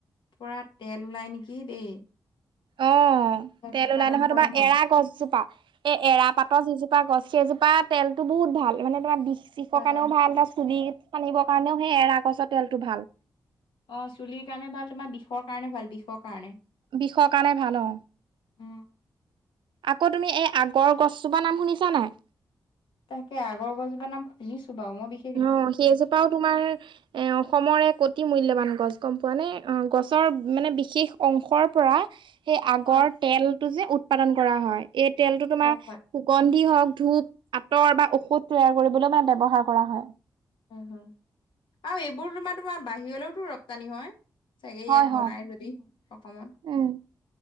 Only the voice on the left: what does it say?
পৰা তেল ওলাই নেকি দেই।
উৎপাদন
কৰা
হয়
গছ
অ চুলিৰ কাৰণে ভাল তোমাৰ বিষৰ কাৰণে ভাল বিষৰ কাৰণে
উম
তাকে আগৰ গছজোপা নাম শুনিছোঁ বাৰু মই বিশ
হয়
হয়
উ হ আৰু এইবোৰ তোমাৰ তোমাৰ বাহিৰলৈওতো ৰপ্তানি হয়। চাগে ইয়াত
বনাই যদি অসমত